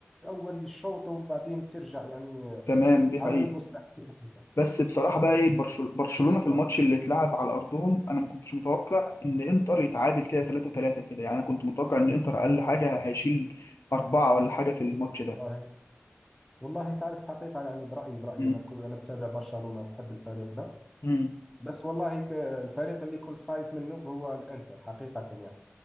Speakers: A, in the centre; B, on the left.
A: أول الشوط وبعدين ترجع يعني آه،
B: تمام دي
A: عملوا
B: حقيقه
A: المستحيل حقيقة
B: بس بصراحه بقى ايه برشل- برشلونه في الماتش
A: آه.
B: اللي اتلعب على ارضهم انا ما كنتش متوقع ان انتر يتعادل كده 3 3 كده يعني انا كنت متوقع ان انتر اقل حاجه هيشيل اربعه ولا حاجه في الماتش
A: والله
B: ده
A: والله تعرف حقيقة يعني برأيي برأيي
B: امم
A: أنا كنت أنا بتابع برشلونة بحب الفريق ده
B: امم
A: بس والله ك- الفريق اللي كنت خايف منه هو الإنتر حقيقة يعني